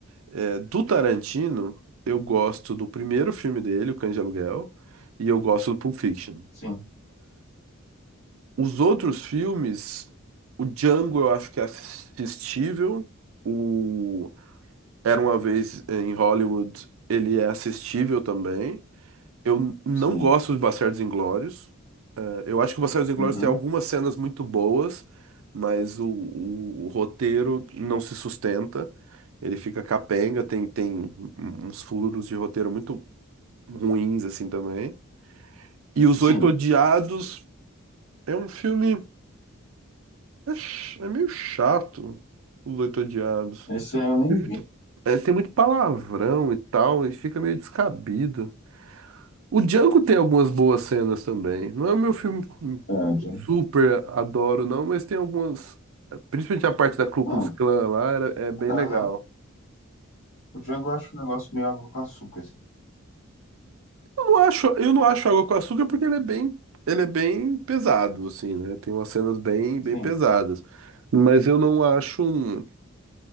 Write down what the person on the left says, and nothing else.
Sim,
sim.
Uhum.
Sim.
Esse aí eu nem
vi.
É, já...
Hum,
aham.
O Django eu acho um negócio meio água com açúcar, assim.
Sim,